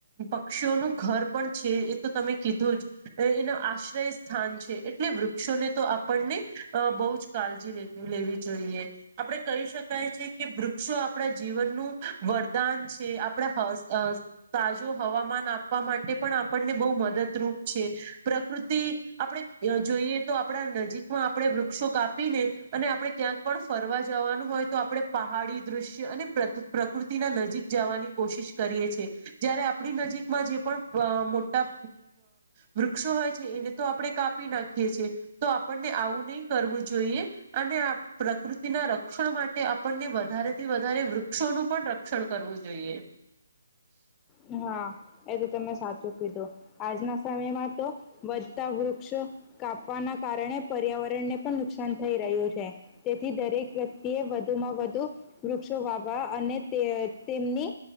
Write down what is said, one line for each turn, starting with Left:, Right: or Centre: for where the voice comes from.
Right: પક્ષીઓનું ઘર પણ છે એ તો તમે કીધું જ એનો આશ્રય સ્થાન છે એટલે વૃક્ષોને તો આપણને બહ જ કજી લેવી જોઈએ આપણે કહી શકાય છે કેૃ આપણા જીવનનુંું વરદાન છે આપણે તાજો હવામાન આપવા માટે પણ આપણને બહ મદદરૂપ છે પ્રકૃતિ આપણે જોઈએ તો આપણા નજીકમાં આપણે વૃક્ષો કાપીને અને આપણે ક્યાંક પણ ફરવા જવાનું હોય તો આપડણે પહાડી દૃશ્ય અને પ્રકૃતિના નજીક જવાની કોશિશ કરીએ છીએ જયારે આપણી નજીકમાં જે પણ મોટા વૃક્ષો હોય છે એને તો આપણે કાપી નાખીએ છીએ તો આપણને આવું નહી કરવું જોઈએ અને પ્રકૃતિના રક્ષણ માટે આપણને વધારે થી વધારે વૃક્ષોનું પણ રક્ષણ કરવું જોઈએ
Left: હા એ તો તમે સાચું આજના સમયમાં તો વધતા વૃક્ષો કાપવાના કારણે પર્યાવરણ પણ નુકસાન થઈ રહ્યું છે તેથી દરેક વ્યક્તિએ વધુ માં વધુ વૃક્ષો વાવવા અને તેમની